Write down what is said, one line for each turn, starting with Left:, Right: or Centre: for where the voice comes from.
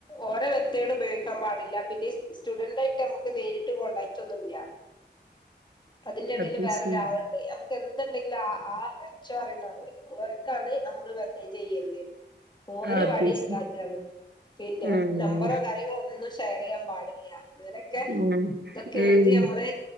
Left: ഓര വ <unintelligible> ട് ഉപയോഗിക്കാൻ പാടില്ല പിന്നെ സ്റ്റുഡന്റ് ആയിട്ട് നമുക്ക് നേരിട്ട് കോണ്ടാക്റ്റ് ഒന്നുംല്യ അതിന്റെ ഇടയിൽ
Right: അത്
Left: വേറൊരാളുണ്ട്
Right: ശരി
Left: ന എന്തിണ്ടെങ്കിലും ആ ആ കുച്ച പറയന്നവർക്ക് അവർക്കാണ് നമ്മള് വെറുതെ ചെയ്യണ്ടിത് ഒരു
Right: അത്
Left: വഴി ഇതാക്കാണ്
Right: ശരി
Left: പിന്നെ
Right: ഉം
Left: നമ്പറോ കാര്യങ്ങളോ ഒന്നും ഷെയർ ചെയ്യാൻ പാടില്ല ഇവനക്കെ
Right: ഉം
Left: ഇതൊക്കെ
Right: ഉം
Left: എഴുതി നമ്മള്